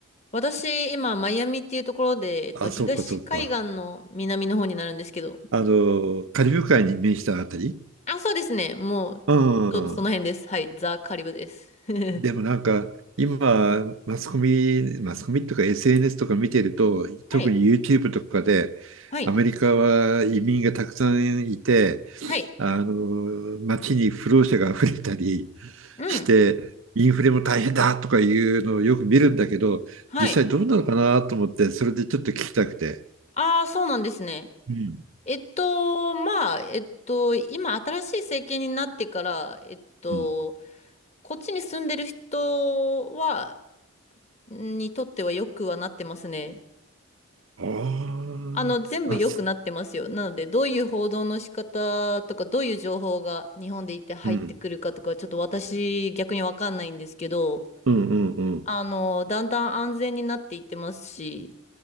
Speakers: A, on the left; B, on the right.
A: 私、今、マイアミっていうところで、えっと、
B: あ、
A: 東海岸の南の方になるんですけど、
B: そうかそうか。あの、カリブ海に面したあたり
A: あ、そうですね。もう、
B: うんうん
A: ちょうどその辺です。はい。ザ・カリブです。<laughs>
B: でもなんか今マスコミ、マスコミとか SNS とか見てると特に
A: はい。
B: YouTube とかで
A: はい。
B: アメリカは移民がたくさんいて
A: はい。
B: あの街に不労者が溢れたり
A: うん。
B: してインフレも大変だとかいうのをよく見るんだけど実際どうなのかなと思ってそれでちょっと聞きたくて。
A: はい。ああ、そうなんですね。
B: うん。
A: えっと、まあ、えっと、今新しい政権になってから、えっと、
B: うん
A: こっちに住んでる人は、にとっては良くはなってますね。
B: ああ、
A: あの、全部良くなってますよ。
B: あ、す
A: なので、どういう報道の仕方とか、どういう情報が日本でいて入ってくるかとか、
B: うん、
A: ちょっと私逆にわかんないんですけど、
B: うんうんうん。
A: あの、だんだん安全になっていってますし、